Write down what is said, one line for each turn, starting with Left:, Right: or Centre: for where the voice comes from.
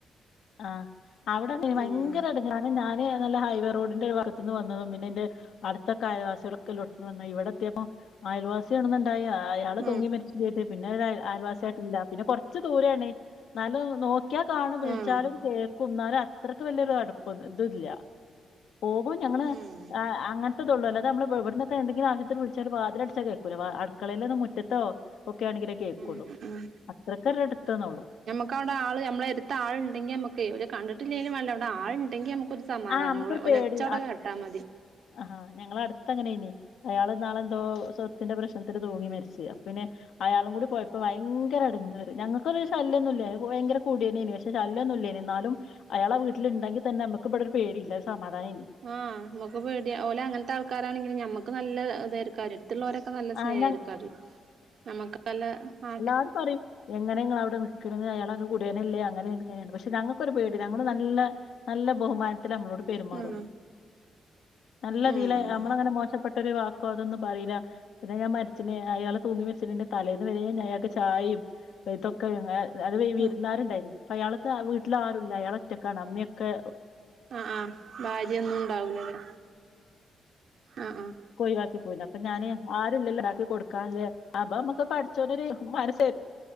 Left: ആഹ് അവിടങ്ങനെയാ ഭയങ്കര
Right: ഉം
Left: എടങ്ങേറാ കാരണം ഞാന് നല്ല ഹൈവേ റോഡിന്റെ ഒരു ഭാഗത്ത്ന്ന് വന്നതും പിന്നെ ഇന്റെ അടുത്തൊക്കെ അയൽവാസികളൊക്കെള്ളേടത്ത്ന്ന് വന്നതാ ഇവിടെത്തിയപ്പോ അയൽവാസിയാണെന്ന്ണ്ടായ ആ യാള്
Right: ഉം
Left: തൂങ്ങി മരിച്ചും ചെയ്ത് പിന്നെ ആരും ആയൽവാസി ആയിട്ടില്ലാ പിന്നെ കൊറച്ച് ദൂരെയാണ് എന്നാലും നോക് ക്കിയാ കാണും
Right: ഉം
Left: വി ക്കുന്നാലും അത്രയ്ക്ക് വെല്ല്യൊരു അടുപ്പൊ ഇത് ഇല്ലാ പോകും ഞങ്ങള്
Right: ഉം
Left: ആഹ് അങ്ങനത്തതെ ഒള്ളൂ അല്ലാതെ നമ്മള് ഇവിട്ന്നൊക്കെ എന്തെങ്കിലും ആവിശ്വത്തിന് വിളിച്ചാ വാതില് അടച്ചാ കേക്കൂലാ വാ അടുക്കളെൽന്നേ മുറ്റത്തോ ഒക്കെ ആണെങ്കിലേ കേക്കുള്ളൂ
Right: ഉം
Left: അത്രക്കര് അടുത്ത്ന്നേള്ളൂ
Right: ക്കെ അവിടെ ആള് നമ്മളെ എടുത്ത് ആളുണ്ടെങ്കി നമ്മക്കെ ഒരു കണ്ടിട്ടില്ലെങ്കും വേണ്ടില്ലാ അവിടെ ആള് ഇണ്ടെങ്കി നമ്മ ഒരു സമാധാനം
Left: ആഹ് നമുക്കൊരു
Right: ഓന്റെ
Left: പേടി
Right: ഒച്ചയവടെ കേട്ടാൽ മതി
Left: ആഹ് ഞങ്ങള് അടുത്ത് അങ്ങനേണീ അയാള് ഇന്നാളെന്തോ സ്വത്തിന്റെ പ്രശ്നത്തിന് തൂങ്ങി മരിച്ചു അപ്പൊ പിന്നെ അയാളും കൂടി പോയപ്പോ ഭയങ്കര എടങ്ങേറ് ഞങ്ങക്കൊരു ശല്യൊന്നും ഇല്ല ഭയങ്കര കുടിയനാന്നു പക്ഷെ പക്ഷെ ശല്ല്യൊന്നുമില്ലാരുന്നു എന്നാലും അയാളെ വീട്ടിലുണ്ടെങ്കി തന്നെ നമുക്ക് ഇവിടെ ഒരു പേടിയില്ല ഒരു സമാധാനം ഏനി
Right: ആഹ് നമുക്ക് പേടിയ ഓല് അങ്ങനത്തെ ആൾക്കാരാണെങ്കിലും ഞമ്മക്ക് നല്ല ഇതാക്കാരു മറ്റുള്ളവരൊക്കെ നല്ല
Left: ആ
Right: സ്നേഹരക്കാ
Left: ഞ
Right: നമുക്ക് നല്ല ആഹ്
Left: അത് പറയും എങ്ങനെ നിങ്ങള് അവിടെ നിക്കണത് അയാൾ കുടിയനല്ലേ അങ്ങനെ ഇങ്ങനെയാണ് പക്ഷെ ഞങ്ങക്കൊരു പേടിയില്ല ഞങ്ങള് നല്ല നല്ല ബഹുമാനത്തില് നമ്മളോട് പെരുമാറുള്ളൂ
Right: ഉം
Left: നല്ലയിതീല്
Right: ഉം
Left: നമ്മള് അങ്ങനെ മോശപ്പെട്ടൊരു വാക്കോ അതൊന്നും പറയില്ല പിന്നെ ഞാൻ മരിച്ചിന് അയാള് തൂങ്ങി മരിച്ചേന്റെ തലേന്ന് വരെ അയാൾക്ക് ചായയും ഇതൊക്കെ അത് വിരുന്നാരുണ്ടായിരുന്നു
Right: ആഹ്
Left: അയാൾക്ക് വീട്ടിൽ ആരും ഇല്ല അയാള് ഒറ്റക്കാണ് അമ്മയൊക്കെ
Right: ആഹ് ആഹ് ഭാര്യൊന്നും ഉണ്ടാവൂലല്ലേ ആഹ് ആഹ്
Left: കോയിവാക്കി പോയിന്ന അപ്പൊ ഞാന് ആരൂല്ലല്ലോ അയാക്ക് കൊടുക്കാല്ലേ അപ്പൊ നമ്മുക്ക് പഠച്ചോനൊരു മനസ്സ്